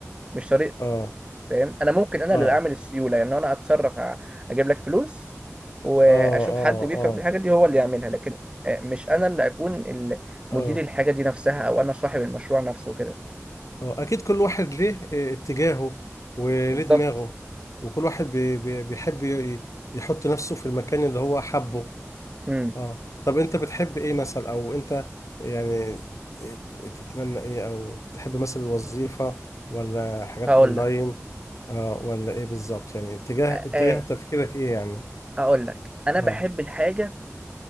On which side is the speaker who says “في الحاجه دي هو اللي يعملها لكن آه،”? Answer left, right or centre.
Right